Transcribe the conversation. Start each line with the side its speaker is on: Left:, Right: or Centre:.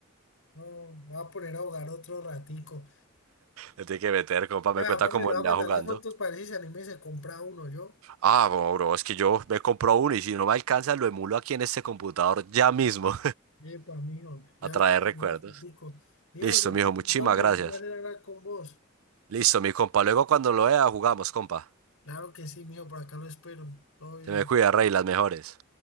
Left: No, me voy a poner a ahogar otro ratico.
Right: Le tiene que meter, compa,
Left: Ya,
Right: me cuenta
Left: aparte
Right: cómo
Left: le voy
Right: le
Left: a mandar
Right: va jugando.
Left: las fotos para ver si se anime y se compra uno yo.
Right: Ah, bro, bro, es que yo me compro uno y si no me alcanza lo emulo aquí en este computador ya mismo
Left: Epa, mijo,
Right: <laughs>
Left: ya
Right: a traer
Left: le voy a mandar
Right: recuerdos.
Left: unas fotico. Mijo,
Right: Listo, mijo, muchísimas
Left: entonces,
Right: gracias.
Left: un placer hablar con vos.
Right: Listo, mi compa. Luego cuando lo vea jugamos, compa.
Left: Claro que sí, mijo, por acá lo espero. Todo bien.
Right: Se me cuida, rey, las mejores.